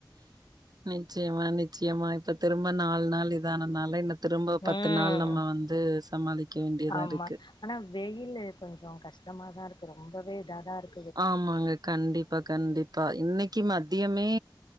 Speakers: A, on the right; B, on the left.
A: நிச்சயமா நிச்சயமா இப்ப திரும்ப நாலு நாள் இதானலால இந்த திரும்ப பத்து
B: ம்
A: நாள் நம்ம வந்து சமாளிக்க வேண்டியதா
B: ஆமா
A: இருக்கு
B: ஆனா வெயிலு கொஞ்சோ கஷ்டமாதா இருக்கு ரொம்பவே இதா தா இருக்
A: ஆமாங்க கண்டிப்பா கண்டிப்பா இன்னைக்கு மதியமே